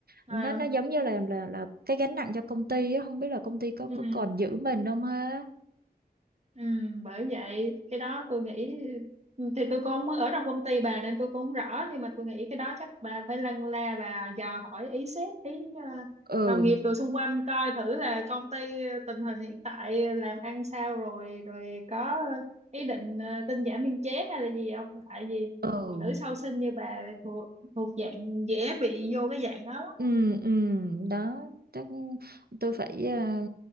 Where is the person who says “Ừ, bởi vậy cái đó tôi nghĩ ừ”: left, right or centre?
Right